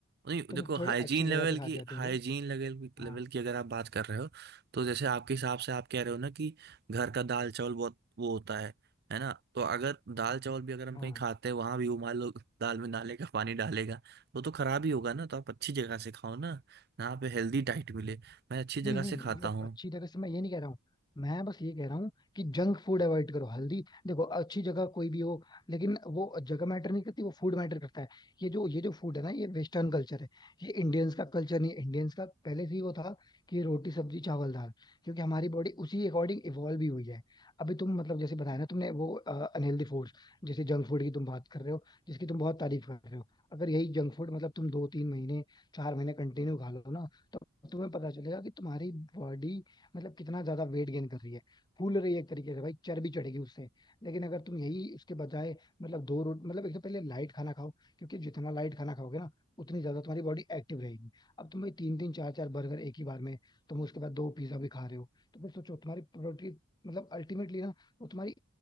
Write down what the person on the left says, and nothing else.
तुम
थोड़े
अच्छे जगह
पे खा
जाते
हो
हाँ
हाँ
नहीं नहीं
मतलब
अच्छी जगह से मैं ये नहीं कह रहा हूँ मैं बस ये कह रहा हूँ कि जंक फूड अवॉइड करो हल्दी देखो अच्छी जगह कोई भी हो लेकिन वो जगह मैटर नहीं करती वो फूड मैटर करता है ये जो ये जो फूड है ना ये वेस्टर्न कल्चर है ये इंडियंस का कल्चर नहीं है। इंडियंस का पहले से ही वो था कि रोटी सब्जी चावल दाल क्योंकि हमारी बॉडी उसी अकॉर्डिंग इवॉल्व भी हुई है अभी तुम मतलब जैसे बताया ना तुमने वो अनहेल्दी फूड्स जैसे जंक फूड की तुम बात कर रहे हो जिसकी तुम बहुत तारीफ कर रहे हो अगर यही जंक फूड मतलब तुम दो तीन महीने चार महीने कंटिन्यू खा लो ना तो तो तुम्हें पता चलेगा कि तुम्हारी बॉडी मतलब कितना ज्यादा वेट गेन कर रही है फूल रही है एक तरीके से भाई चर्बी चढ़ेगी उससे लेकिन अगर तुम यही इसके बजाय मतलब दो रोट मतलब एक तो पहले लाइट खाना खाओ क्योंकि जितना लाइट खाना खाओगे ना उतनी ज्यादा तुम्हारी बॉडी एक्टिव रहेगी अब तुम भाई तीन तीन चार चार बर्गर एक ही बार में तुम उसके बाद दो पिज्जा भी खा रहे हो तो फिर सोचो तुम्हारी प्रोडक्टिव मतलब अल्टीमेटली ना वो तुम्हारी